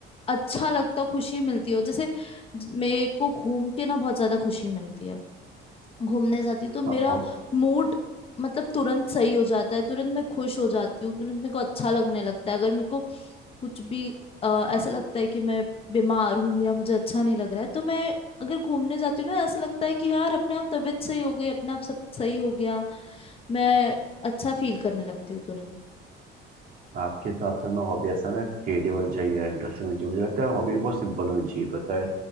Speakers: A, on the left (about 30°); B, on the right (about 45°).
A: अच्छा लगता हो खुशी मिलती हो जैसे ज- मेरे को घूम के ना बहुत ज्यादा खुशी मिलती है घूमने जाती हूँ तो मेरा
B: हाँ
A: मूड मतलब तुरंत सही हो जाता है तुरंत मैं खुश हो जाती हूँ तुरंत मेरे को अच्छा लगने लगता है अगर मेरे को कुछ भी अ, ऐसा लगता है कि मैं बीमार हूँ या मुझे अच्छा नहीं लग रहा है तो मैं अगर घूमने जाती हूँ ना ऐसा लगता है कि यार अपने आप तबीयत सही हो गई अपने आप सब सही हो गया मैं अच्छा फील करने लगती हूँ तुरंत
B: आपके हिसाब से ना हॉबी ऐसा ना क्रिएटिव होनी चाहिए इंटरेस्टिंग होनी चाहिए मुझे लगता है हॉबी बहुत सिंपल होनी चाहिए पता है